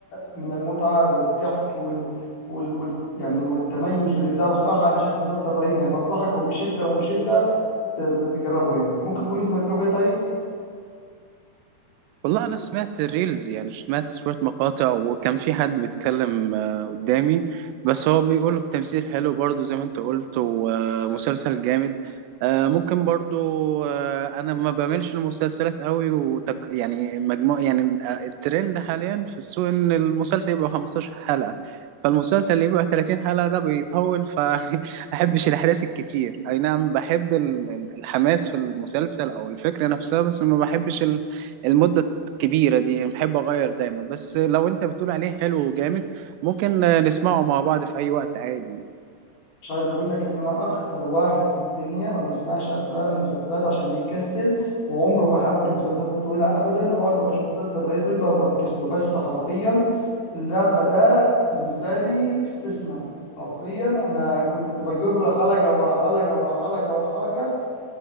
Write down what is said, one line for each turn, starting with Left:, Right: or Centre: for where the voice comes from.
Left: من المتعة والضحك وال... وال... وال... يعني والتميز والإبداع بصراحة أنا شايف مسلسل رهيب يعني فأنصحك وبشدة وبشدة ت- ت- تجربه يعني ممكن تقول لي سمعت لهم إيه طيب؟
Right: والله انا سمعت الريلز يعني سمعت شويه مقاطع وكان في حد بيتكلم آه، قدامي بس هو بيقول التمثيل حلو برضو زي ما انت قلت ومسلسل جامد آه، ممكن برضو آه، انا ما بعملش المسلسلات قوي وتك يعني مجموع يعني آه، الترند حاليا في السوق ان المسلسل يبقى 15 حلقه فالمسلسل اللي يبقى 30 حلقه ده بيطول فاحبش <laughs> الاحداث الكتير اي نعم بحب ال- ال- الحماس في المسلسل او الفكره نفسها بس ما بحبش ال... المدة كبيرة دي يعني بحب أغير دايما بس لو أنت بتقول عليه حلو وجامد ممكن آه، نسمعه مع بعض في أي وقت عادي
Left: مش عايز اقول لك ان انا اكتر واحد في الدنيا ما بيسمعش افلام ومسلسلات عشان بيكسل وعمره ما حب المسلسلات الطويله ابدا اه انا بشوف مسلسل بلاقيه طويل ب- بفكس له بس حرفيا اللعبه ده بالنسبه لي استثناء حرفيا انا كنت بجر حلقه ورا حلقه ورا حلقه ورا حلقه